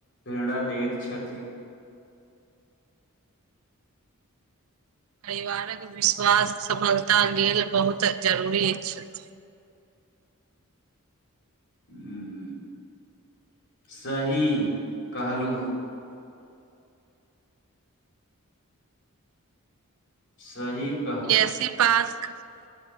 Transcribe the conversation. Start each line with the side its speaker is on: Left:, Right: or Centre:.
Left: पिडा दैत छथि।
Right: परिवारक विश्वास सफलतााक लेल बहुत जरूरी अछि।
Left: उउ सही कहलहुँ- - सही- -
Right: कैएसी पास- -